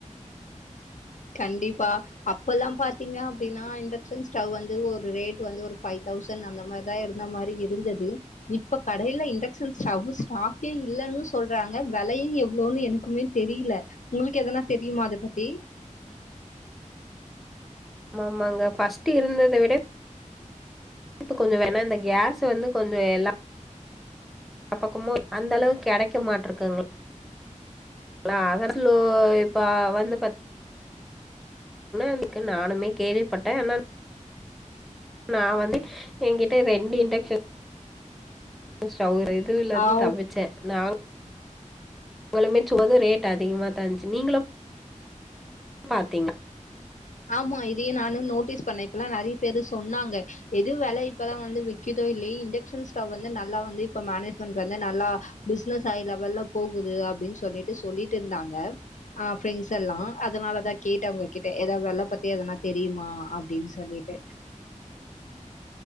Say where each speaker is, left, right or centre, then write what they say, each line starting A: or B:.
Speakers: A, on the left; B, in the centre.
A: கண்டிப்பா அப்ப எல்லாம் பாாரத்தீங்க அப்படின்னா இண்டக்ஷன் ஸ்டவ் வந்து ஒரு ரேட் வந்து ஒரு பஃபைவ் தௌசண்ட் அந்த மாதிரிதான் இருந்த மாதிரி இருந்தது இப்ப கடையில இண்டக்ஷன் ஸ்டவ் ஸ்டாக்கே இல்லைன்னு சொல்றாங்க விலையும் எவ்வளவுன்னு எனக்குமே தெரியல உங்களுக்கு எதனா தெரியுமா அத பத்தி
B: ஆ ஆமாங்க பஃர்ஸ்ட் இருந்ததை விட ப்ப கொஞ்சம் வேணாம் இந்த கேஸ் வந்து கொஞ்சம் எல்லாம் பக்கமும் அந்த அளவுக்கு கிடைக்க மாட்டிருக்கங்களா அதல இப்ப வந்தீங்கா அதுக்கு நானுமே கேள்விப்பட்டேன் ஆனா நான் வந்து என்கிட்ட ரெண்டு இண்டக்ஷன் அ ஒரு இதுவல இருந்து
A: ஆவ்
B: தப்பச்சேன் நாங்க உங்களும து ரேட் அதிகமா தான் இருந்துச்சு நீங்களும் என் பாத்தீங்க
A: ஆமா இதையும் நானும் நோட்டீஸ் பண்ணேன் இப்பல்லாம் நிறைய பேரு சொன்னாங்க எது வேலை இப்பல்லாம் வந்து விக்குதோ இல்லையே இண்டக்ஷன் ஸ்டவ் வந்து நல்லா வந்து இப்ப மேனேஜ்மெண்ட் வந்து நல்லா பிசினஸ் ஐ லெவல்ல போகுது அப்படின்னு சொல்லிட்டு சொல்லிட்டு இருந்தாங்க ஆஹ் ப்ரண்ட்ஸ் எல்லாம் அதனாலதான் கேட்டவங்க கிட்ட ஏதாவ வெள்ள பத்தி அதெல்லாம் தெரியுமா அப்படின்னு சொல்லிட்டு